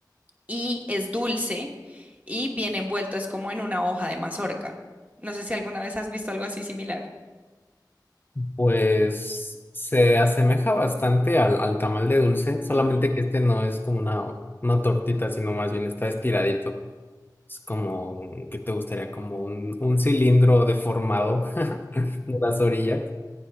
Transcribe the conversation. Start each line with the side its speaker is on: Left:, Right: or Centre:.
Right: y es dulce y bien envuelto, es como en una hoja de mazorca. No sé si alguna vez has visto algo así similar.
Left: Pues se asemeja bastante al, al tamal de dulce, solamente
Right: Ujú.
Left: que este no es como una, una tortita, sino más bien está estiradito. Es como, ¿qué te gustaría? Como un, un cilindro deformado <laughs> de las orillas,